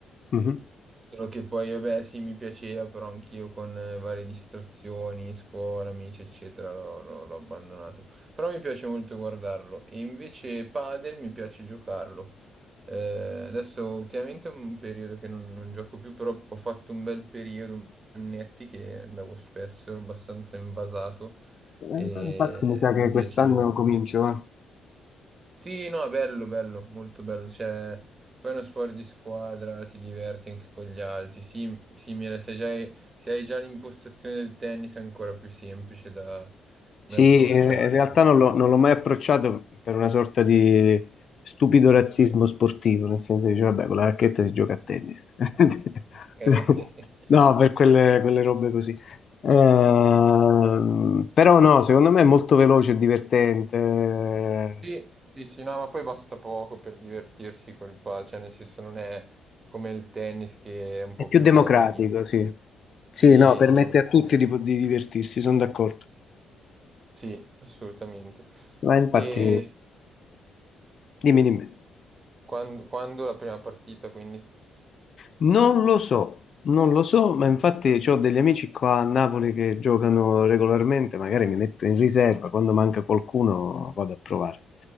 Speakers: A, on the left (about 50°); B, on the right (about 30°).
A: Mhm.
B: Solo che poi, vabbè, sì, mi piaceva, però anch'io con eh, varie distrazioni, scuola, amici, eccetera, l'ho l'ho- l'ho abbandonato. Però mi piace molto guardarlo. E invece padel mi piace giocarlo. Eh, adesso ultimamente è un periodo che non, non gioco più, però ho fatto un bel periodo, un po' di annetti che andavo spesso, ero abbastanza invasato
A: Eh,
B: e
A: Infatti mi sa
B: mi
A: che quest'anno
B: piaceva.
A: comincio, eh.
B: Sì, no, è bello, bello, molto bello. Cioè, poi è uno sport di squadra, ti diverti anche con gli altri. Sì, simile, se già hai, se hai già l'impostazione del tennis è ancora più semplice da,
A: Sì,
B: da approcciare.
A: in in realtà non l'ho non l'ho mai approcciato per una sorta di stupido razzismo sportivo, nel senso che dice, vabbè, con la racchetta si gioca a tennis. <laughs>
B: Ok. <laughs>
A: No, per quelle, quelle robe così. Ehm, però no, secondo me è molto veloce e divertente, eh,
B: Sì, sì, sì, no, ma poi basta poco per divertirsi col padel, cioè nel senso non è come il tennis che è un po'
A: è più
B: più
A: democratico,
B: tecnico.
A: sì.
B: Sì,
A: Sì, no, permette
B: sì, è un po'
A: a tutti
B: più-
A: di, po- di divertirsi, sono d'accordo.
B: sì, assolutamente.
A: Ma infatti,
B: E
A: dimmi, dimmi.
B: quan- quando, la prima partita, quindi?
A: Non lo so, non lo so, ma infatti ho degli amici qua a Napoli che giocano regolarmente, magari mi metto in riserva, quando manca qualcuno vado a provare.